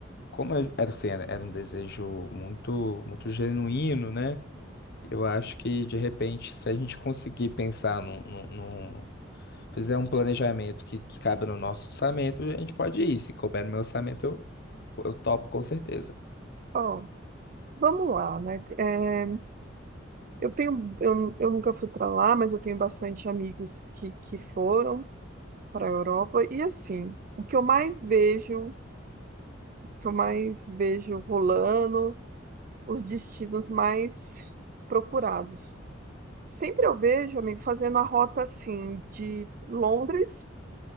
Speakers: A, on the left (about 55°); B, on the right (about 45°).
A: como eu- era, assim, era, era um desejo muito, muito genuíno, né? Eu acho que, de repente, se a gente conseguir pensar num, num, num- fizer um planejamento que, que cabe no nosso orçamento, a gente pode ir. Se couber no meu orçamento, eu, eu topo com certeza.
B: Ó, vamos lá, né? É, eu tenho, eu, eu nunca fui para lá, mas eu tenho bastante amigos que, que foram. para a Europa. E assim, o que eu mais vejo, o que eu mais vejo rolando, os destinos mais procurados. Sempre eu vejo, amigo, fazendo a rota assim de Londres,